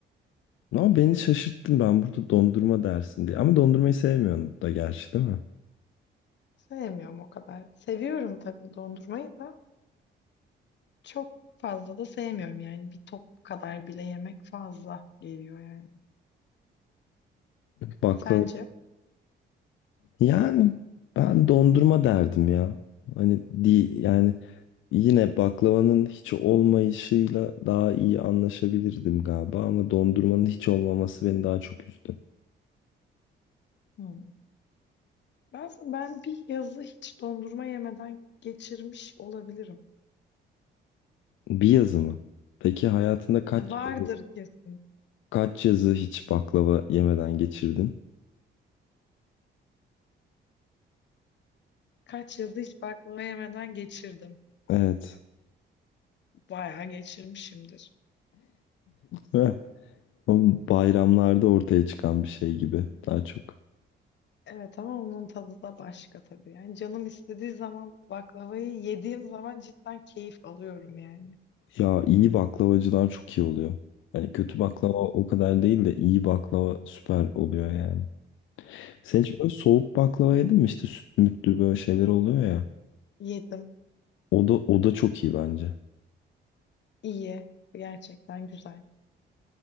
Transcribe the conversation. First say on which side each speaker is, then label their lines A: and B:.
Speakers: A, on the left; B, on the left.
A: Ama beni şaşırttın ben burada dondurma dersin diye. Ama dondurmayı sevmiyorsun da gerçi değil mi?
B: Sevmiyorum o kadar. Seviyorum tabii dondurmayı da çok fazla da sevmiyorum yani bir top kadar bile yemek fazla geliyor yani.
A: Baklava
B: Sence?
A: Yani ben dondurma derdim ya. Hani di yani yine baklavanın hiç olmayışıyla daha iyi anlaşabilirdim galiba ama dondurmanın hiç olmaması beni daha çok üzdü.
B: Hmm. Ben, ben bir yazı hiç dondurma yemeden geçirmiş olabilirim.
A: Bir yazı mı? Peki hayatında kaç
B: Ya vardır
A: yazı,
B: kesin.
A: kaç yazı hiç baklava yemeden geçirdin?
B: Kaç yazı hiç baklava yemeden geçirdim.
A: Evet.
B: Bayağı geçirmişimdir.
A: Heh. O bayramlarda ortaya çıkan bir şey gibi daha çok.
B: Evet ama onun tadı da başka tabii. Yani canım istediği zaman baklavayı yediğim zaman cidden keyif alıyorum yani.
A: Ya iyi baklavacılar çok iyi oluyor. Yani kötü baklava
B: Evet,
A: o kadar değil de iyi baklava süper oluyor yani. Sen
B: evet.
A: hiç böyle soğuk baklava yedin mi? İşte sütlü mütlü böyle şeyler oluyor ya.
B: Yedim.
A: O da, o da çok iyi bence.
B: İyi. Gerçekten güzel.